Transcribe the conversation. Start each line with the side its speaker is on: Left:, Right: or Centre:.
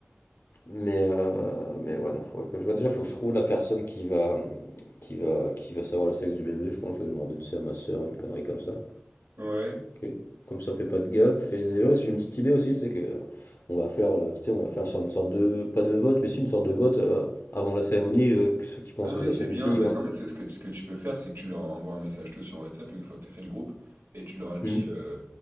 Left: Mais, euh, mais ouais, non, faudrait que je vois. Déjà, faut que je trouve la personne qui va, qui va, qui va savoir le sexe du bébé. Je pense que je vais demander tu sais, à ma soeur une connerie comme ça.
Right: Ouais.
Left: Ok. Comme ça, fait pas de gaffe. Et d'ailleurs, si j'ai une petite idée aussi, c'est que euh, on va faire, euh, tu sais, on va faire sur une sorte de, pas de vote, mais si une sorte de vote euh, avant la cérémonie, euh, que ceux qui pensent
Right: Ah
Left: que
Right: oui,
Left: ça
Right: c'est
Left: soit une
Right: bien.
Left: fille
Right: Bah,
Left: ou un-
Right: non, mais c'est ce que, ce que tu peux faire, c'est que tu leur envoies un message tout sur WhatsApp une fois que tu as fait le groupe, et tu leur dis,
Left: Hmm.
Right: euh,